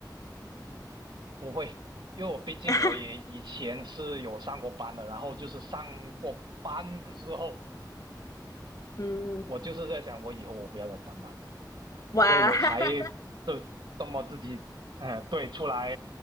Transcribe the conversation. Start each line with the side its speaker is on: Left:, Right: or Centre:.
Right: 不会，因为我毕竟我也以前是有上过班的，
Left: <laughs>
Right: 然后就是上过班之后，
Left: 嗯，
Right: 我就是在想，我以后我不要再上班，
Left: 哇，
Right: 所以我才
Left: <laughs>
Right: 这这么自己，呃，对，出来，